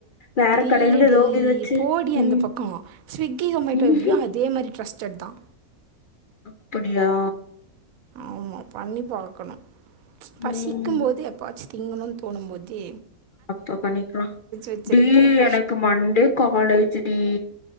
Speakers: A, on the left; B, on the right.
A: வேற
B: இல்லடி
A: கடையில இருந்து ஏதோ இது வச்சு
B: போடி அந்த
A: ம்
B: பக்கோ ஸ்விக்கி சோமேட்டோ
A: ம்ஹும்
B: எப்டியோ அதே மாரி ட்ரஸ்டட் தா
A: அப்புடியா
B: ஆமா பண்ணி பாக்கணு பசிக்கும்போது
A: ம்
B: எப்வாச்சு திங்கணுன் தோணும் போது
A: அப்ப பண்ணிக்லா
B: வச்சிருக்கேன்.
A: டி எனக்கு மண்டே காலேஜு டீ